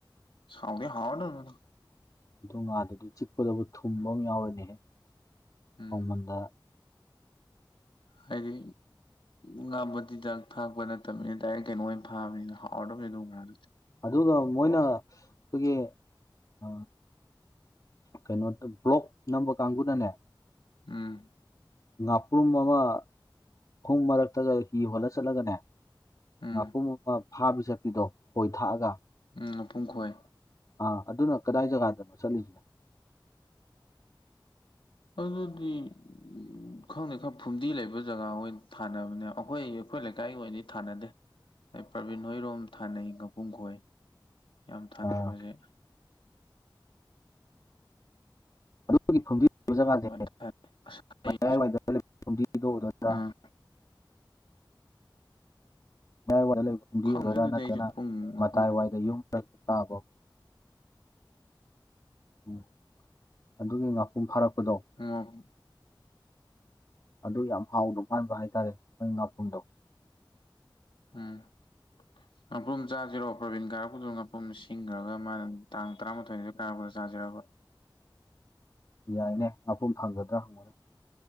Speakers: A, on the left; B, on the left.
A: ꯍꯥꯎꯗꯤ ꯍꯥꯎꯔꯗꯕꯅꯦ
B: ꯑꯗꯨ ꯉꯥꯗꯨꯗꯤ ꯆꯤꯛꯄꯗꯕꯨ ꯊꯨꯝꯕ ꯑꯃ ꯌꯥꯎꯔꯦꯅꯦꯍꯦ <unintelligible>
A: ꯎꯝ
B: ꯃꯟꯗ
A: ꯍꯥꯏꯗꯤ ꯉꯥ ꯃꯆꯤꯟꯖꯛ ꯊꯥꯛꯄ ꯅꯠꯇꯕꯅꯤꯅ ꯗꯥꯏꯔꯦꯛ ꯀꯩꯅꯣ ꯑꯣꯏꯅ ꯐꯥꯕꯅꯤꯅ ꯍꯥꯎꯔꯗꯧꯅꯦ ꯑꯗꯨꯒꯨꯝ ꯉꯥꯗꯨꯗꯤ
B: ꯑꯗꯨꯒ ꯃꯣꯏꯅ ꯑꯩꯈꯣꯏꯒꯤ ꯑ ꯀꯩꯅꯣꯗ ꯕ꯭ꯂꯣꯛ ꯅꯝꯕ ꯀꯥꯡꯕꯨꯅꯅꯦ
A: ꯎꯝ
B: ꯉꯥꯄ꯭ꯔꯨꯝ ꯑꯃ ꯐꯨꯝ ꯃꯔꯛꯇꯒ ꯍꯤ ꯍꯣꯜꯂ ꯆꯠꯂꯒꯅꯦ
A: ꯎꯝ
B: ꯉꯥꯄꯨꯔꯨꯝ ꯑꯃ ꯐꯥꯕꯤ ꯆꯠꯄꯤꯗꯣ ꯈꯣꯏ ꯊꯥꯛꯑꯒ
A: ꯎꯝ ꯃꯄꯨꯡ ꯈꯣꯏ
B: ꯑꯥ ꯑꯗꯨꯅ ꯀꯗꯥꯏ ꯖꯒꯥꯗꯅꯣ ꯆꯠꯂꯤꯁꯤꯅ
A: ꯑꯗꯨꯗꯤ ꯎꯝ ꯈꯪꯗꯦ ꯈꯪꯔ ꯐꯨꯝꯗꯤ ꯂꯩꯕ ꯖꯒꯥ ꯖ ꯊꯥꯅꯕꯅꯦ ꯑꯩꯈꯣꯏ ꯑꯩꯈꯣꯏ ꯂꯩꯀꯥꯏꯒꯤ ꯑꯣꯏꯅꯗꯤ ꯊꯥꯅꯗꯦ ꯑꯦ ꯄ꯭ꯔꯕꯤꯟ ꯍꯣꯏꯔꯣꯝ ꯊꯥꯅꯩ ꯉꯥꯄꯨꯡ ꯈꯣꯏ ꯌꯥꯝ ꯊꯥꯅꯕꯁꯦ
B: ꯑꯥ ꯑꯗꯨꯒꯤ ꯐꯨꯝꯗꯤ ꯂꯩꯕ ꯖꯒꯥꯁꯦ
A: ꯑꯗꯨꯃꯥꯏꯅ ꯊꯥꯏ ꯑꯁ
B: ꯃꯌꯥꯏꯋꯥꯏꯗ
A: ꯑꯩ
B: ꯂꯩꯕ ꯐꯨꯝꯗꯤ <unintelligible>
A: ꯑꯥ
B: ꯃꯌꯥꯏꯋꯥꯏꯗ ꯂꯩꯕ ꯐꯨꯝꯗꯤ
A: ꯈꯪꯗꯦ
B: ꯑꯣꯏꯔꯒ
A: ꯑꯗꯨꯗꯤ
B: ꯅꯠꯇ꯭ꯔꯅ
A: ꯑꯩꯁꯨ ꯄꯨꯡ ꯃꯄꯨꯝ
B: ꯃꯇꯥꯏꯋꯥꯏꯗ ꯌꯨꯝ ꯇꯥꯕ ꯎꯝ ꯑꯗꯨꯒꯤ ꯉꯥꯄꯨꯡ ꯐꯥꯔꯛꯄꯗꯣ
A: ꯎꯝ
B: ꯑꯗꯨ ꯌꯥꯝ ꯍꯥꯎꯗ ꯃꯥꯟꯕ ꯍꯥꯏꯇꯥꯔꯦ ꯃꯣꯏ ꯉꯥꯄꯨꯨꯝꯗꯣ
A: ꯎꯝ ꯉꯥꯄꯔꯨꯝ ꯆꯥꯁꯤꯔꯣ ꯄ꯭ꯔꯕꯤꯟ ꯀꯥꯔꯛꯄꯗꯨꯗ ꯉꯥꯄꯔꯨꯝ ꯁꯤꯡꯒꯔꯒ ꯃꯥꯅ ꯇꯥꯡ ꯇꯔꯥꯃꯥꯊꯣꯏꯗ ꯌꯥꯥꯕ꯭ꯔꯣ ꯆꯥꯖꯤꯔꯕ ꯫
B: ꯌꯥꯏꯅꯦ ꯉꯄꯔ꯭ꯨꯝ ꯐꯪꯒꯗ꯭ꯔꯥ ꯍꯪꯉꯨꯅꯦ